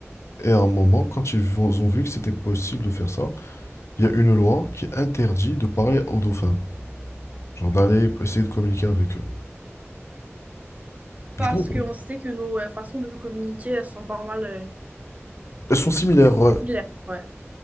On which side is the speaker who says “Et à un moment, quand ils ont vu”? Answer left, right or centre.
Left